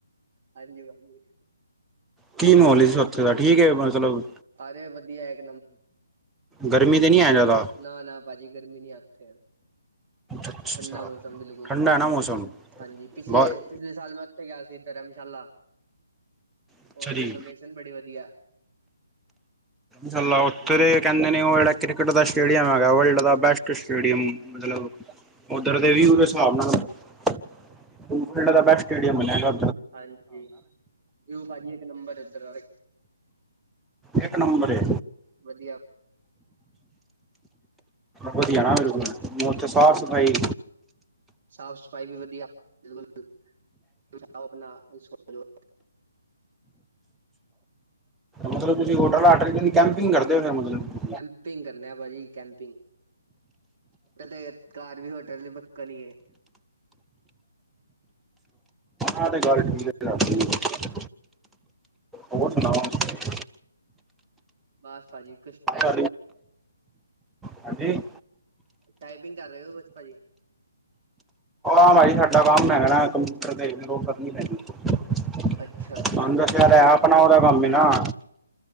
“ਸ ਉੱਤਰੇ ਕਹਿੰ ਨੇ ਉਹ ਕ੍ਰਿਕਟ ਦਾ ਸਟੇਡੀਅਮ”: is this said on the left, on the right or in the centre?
Centre